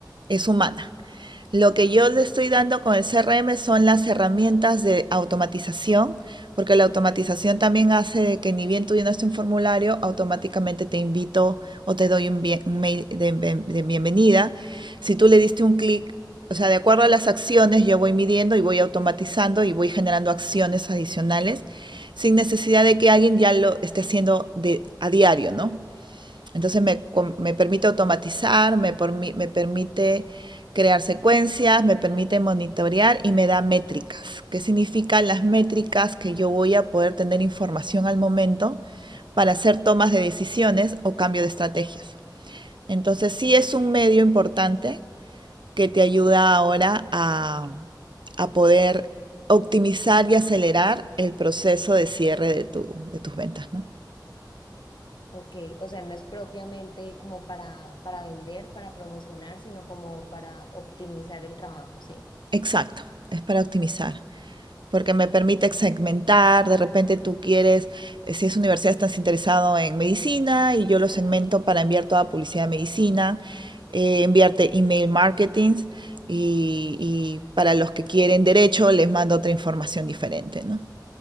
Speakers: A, on the right; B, on the left.
A: es humana. Lo que yo le estoy dando con el CRM son las herramientas de automatización, porque la automatización también hace de que ni bien tú llenaste un formulario, automáticamente te invito o te doy un, bien- un mail de, de bienvenida. Si tú le diste un clic, o sea, de acuerdo a las acciones, yo voy midiendo y voy automatizando y voy generando acciones adicionales sin necesidad de que alguien ya lo esté haciendo de, a diario, ¿no? Entonces me, me permite automatizar, me, me permite crear secuencias, me permite monitorear y me da métricas. ¿Qué significan las métricas? Que yo voy a poder tener información al momento para hacer tomas de decisiones o cambio de estrategias. Entonces sí es un medio importante que te ayuda ahora a, a poder optimizar y acelerar el proceso de cierre de, tu- de tus ventas, ¿no?
B: Ok, o sea, no es propiamente como para, para vender, para promocionar, sino como para optimizar el trabajo, ¿sí?
A: Exacto, es para optimizar. porque me permite segmentar, de repente tú quieres, eh, si es universidad, estás interesado en medicina y yo lo segmento para enviar toda publicidad de medicina, eh, enviarte email marketing y, y para los que quieren derecho les mando otra información diferente, ¿no?